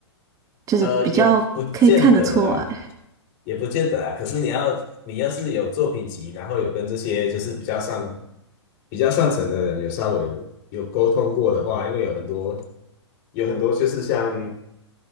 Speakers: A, on the right (about 25°); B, on the left (about 40°).
A: 就是比较可以看得出来。
B: 呃，也不见得啦，也不见得啊。可是你要，你要是有作品集，然后有跟这些就是比较上、比较上层的人有稍微有有沟通过的话，因为有很多有很多就是像